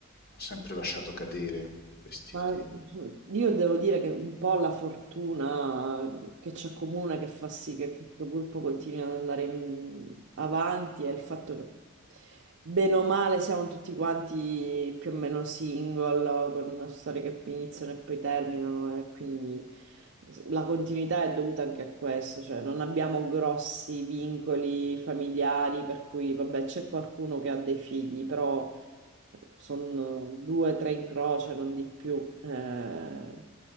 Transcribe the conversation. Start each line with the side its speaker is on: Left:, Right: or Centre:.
Left: ho sempre lasciato cadere questi,
Right: Ma
Left: di,
Right: cioè, io devo dire che un po' la fortuna che ci accomuna, che fa sì che questo gruppo continui ad andare in- avanti, è il fatto che bene o male siamo tutti quanti più o meno single, con storie che iniziano e poi terminano, e quindi la continuità è dovuta anche a questo, cioè non abbiamo grossi vincoli familiari, per cui vabbè c'è qualcuno che ha dei figli, però sono due, tre in croce, non di più. Eh,